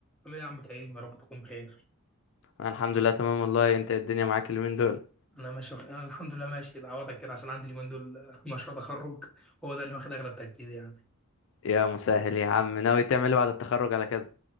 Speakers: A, in the centre; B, on the left.
A: عامل ايه يا عم تعيب يا رب تكون بخير
B: انا الحمد لله تمام والله انت الدنيا معاك اليومين دول
A: انا ماشي بخير. انا الحمد لله ماشي اتعوضك كده عشان عندي اليومين دول <laughs> آه، مشروع تخرج هو ده اللي واخد اغلب تركيزي يعني
B: يا مسهل يا عم ناوي تعمل ايه بعد التخرج على كده